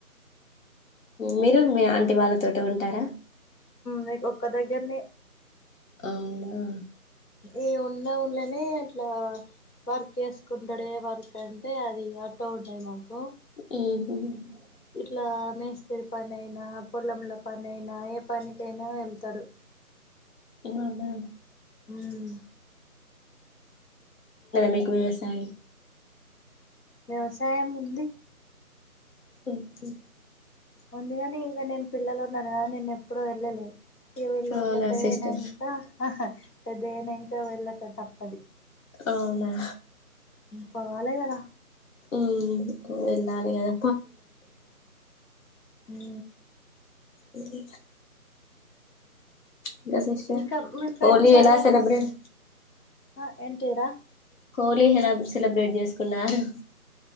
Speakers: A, on the left; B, on the left.
A: మీరు మీ ఆంటి వాళ్ళతోటి ఉంటారా
B: నీకు ఒక్క దగ్గరనే
A: అవునా
B: ఈ ఉన్నవుళ్ళనే ఇట్లా వర్క్ వేసుకుంటాడే వర్క్ అంటే అది అట ఉంటుది మాకు
A: మ్
B: ఇట్లా మేస్తరి పని అయినా పొలములో పని అయినా ఏ పనికైనా వెళ్తాడు
A: అదా
B: మ్
A: మీకు వ్యవసాయం
B: వ్యవసాయం ఉంది
A: <inaudible>
B: ఉంది కాని ఇంక నేను పిల్లలు ఉన్నా కదా నేను ఎప్పుడూ వెళ్ళలే వీళ్ళు
A: అవునా
B: పెద్దనయికా
A: సిస్టర్
B: పెద్దాయినాక వెళ్ళక తప్పది
A: అవునా
B: పవాలి కదా
A: మ్ వెళ్ళాలి కదా
B: హ
A: ఇ ఇంకా సిస్టర
B: ఇంకా మీ ఫ్రెండ్స్
A: హోలీ ఎలా
B: ఎవరన్
A: సెలబ్రేట్
B: ఆ ఎంటిీరా
A: హోలీ సె సెలబ్రేట్ చేసు కునన్నారు